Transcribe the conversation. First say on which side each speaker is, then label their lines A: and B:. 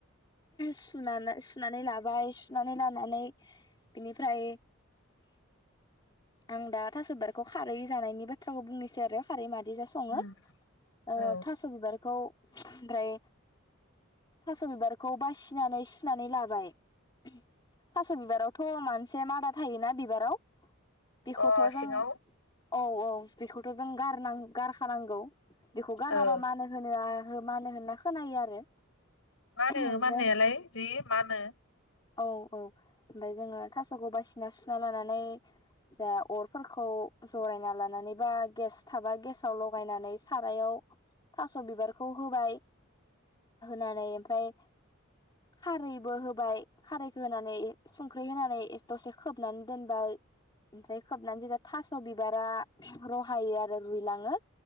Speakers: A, on the left; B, on the left.
A: सुनानै सुनानै लाबाय सुनानै लानानै बिनिफ्राय आं दा थास' बिबारखौ खारै जानायनि बाथ्राखौ बुंनोसै आरो खारै माद जा सङो
B: उम
A: ओ
B: औ
A: थास' बिबारखौ ओमफ्राय थास' बिबारखौ बासिनानै सिनानै लाबाय थास' बिबारावथ' मानसे मादा थायोना बिबाराव बेखौथ'
B: अ
A: जों
B: सिङाव
A: औ औ बेखौथ' जों गारनां गारखानांगौ बेखौ गाराबा
B: औ
A: मानो होनो आ हो मानो होनना खोनायो आरो
B: मानो
A: ओमफ्राय
B: माननायालाय जि मानो
A: औ औ ओमफ्राय जोङो थास'खौ बासिना सुना लानानै जा अरफोरखौ जरायना लानानै बा गेस थाबा गेसावल' बायनानै सारायाव थास' बिबार खौ होबाय होनानै ओमफ्राय खारैबो होबाय खारैखौ होनानै संख्रि होनानै दसे खोबनानै दोनबाय ओमफ्राय खोबनानै जे थास' बिबारा रहायो आरो रुइलाङो